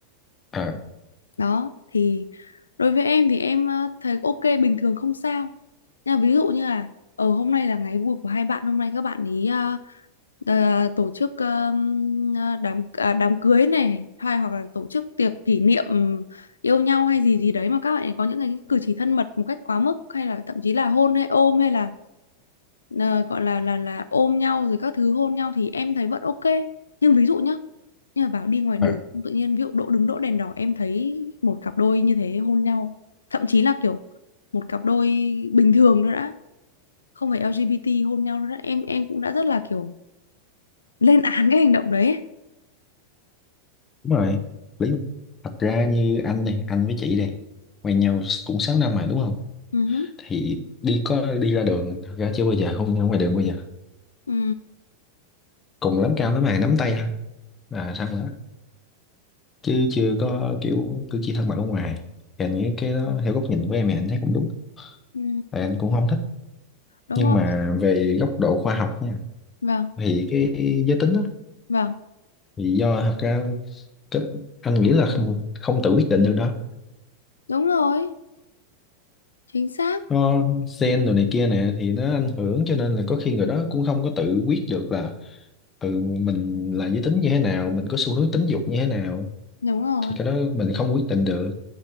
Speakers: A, on the left; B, on the left.
A: à
B: đó thì đối với em thì em ờ, thấy ok bình thường không sao Thế là ví dụ như là ở hôm nay là ngày vui của hai bạn hôm nay các bạn ý ờ, ờ, tổ chức ờ, đám à, đám cưới này hay hoặc là tổ chức tiệc kỷ niệm yêu nhau hay gì gì đấy mà các bạn ấy có những cái cử chỉ thân mật một cách quá mức hay là thậm chí là hôn hay ôm hay là ờ, gọi là là là ôm nhau rồi các thứ hôn nhau thì em thấy vẫn ok nhưng ví dụ nhá như là bảo đi ngoài đường
A: à,
B: tự nhiên ví dụ đỗ đứng đỗ đèn đỏ em thấy một cặp đôi như thế hôn nhau thậm chí là kiểu một cặp đôi bình thường nữa đã không phải LGBT hôn nhau đâu đó em em cũng đã rất là kiểu lên án cái hành động đấy ấy.
A: đúng rồi lý mà. thật ra như anh đây anh với chị đây quen nhau cũng 6 năm mà đúng không
B: ừ
A: thì đi có đi ra đường thật ra chưa bao giờ không ra ngoài đường bao giờ
B: ừ
A: cùng lắm cao lắm mày nắm tay thôi là xong rồi đó chứ chưa có kiểu cử chỉ thân mật ở ngoài thì anh nghĩ cái đó theo góc nhìn của em thì anh thấy cũng đúng
B: ừ
A: Tại anh cũng không thích
B: đúng
A: nhưng
B: rồi
A: mà về góc độ khoa học nha
B: vâng
A: thì cái giới tính đó
B: vâng
A: thì do thật ra cái, anh nghĩ là không, không tự quyết định được đó
B: đúng rồi chính xác
A: có sen đồ này kia nè thì nó ảnh hưởng cho nên là có khi người đó cũng không có tự quyết được là ừ, mình là giới tính như thế nào mình có xu hướng tính dục như thế nào
B: đúng rồi
A: thì cái đó mình không quyết định được